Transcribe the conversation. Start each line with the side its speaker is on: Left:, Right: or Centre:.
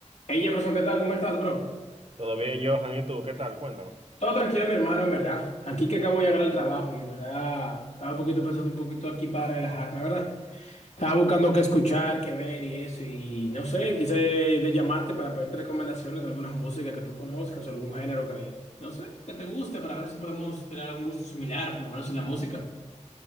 Left: Hey Jefferson, ¿qué tal? ¿Cómo estás, bro?
Right: Todo bien, Johan, ¿y tú? ¿Qué tal? Cuéntame.
Left: Todo tranquilo, mi hermano, en verdad. Aquí que acabo de llegar al trabajo y, en verdad, estaba un poquito pensando un poquito aquí para relajarme, ¿verdad? Estaba buscando qué escuchar, qué ver y eso, y no sé, quise de llamarte para pedirte recomendaciones de algunas músicas que tú conozcas o algún género que, no sé, que te guste para ver si podemos tener algún gusto similar, por lo menos en la música.